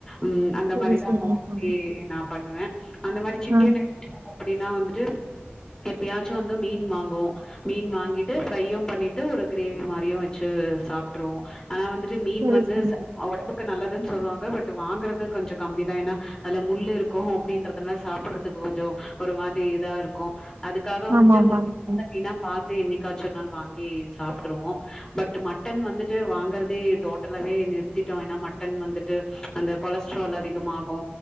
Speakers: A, on the left; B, on the right.
A: ம் அந்த
B: சரி
A: மாரிதா
B: சரிங்க
A: மோஸ்ட்லி
B: தோழி
A: நா பண்ணுவ அந்த மாரி சிக்கன்
B: ஆ
A: எடுத்துக்கோ அப்டினா வந்துட்டு எப்பயாச்சு வந்து மீன் வாங்குவோ மீன் வாங்கிட்டு ஃபிரையு பண்ணிட்டு ஒரு கிரேவி மாரியு வச்சு சாப்ட்ருவோ ஆனா வந்துட்டு மீன்
B: சரி
A: வந்து
B: சரி
A: ச
B: தோழி.
A: ஒடம்புக்கு நல்லதுன் சொல்லுவாங்க பட் வாங்குறது கொஞ்சோ கம்மிதா ஏனா அதுல முள்ளு இருக்கு அப்டின்றதுனால சாப் புடுறதுக்கு கொஞ்சோ ஒரு மாரி இதா இருக்கு அதுக்காக வந்துட்டு
B: ஆமா ஆமாங்க
A: முள் இல்லாத
B: தோழி
A: மீனா பாத்து என்னைக்காச்சு ஒரு நாள் வாங்கி சாப்ட்ருவோ பட்டு மட்டன் வந்துட்டு வாங்கறதே டோட் டலாவே நிறுத்திட்டோ ஏனா மட்டன் வந்து ட்டு அந்த கொலஸ்ட்ரால் அதிகமாகு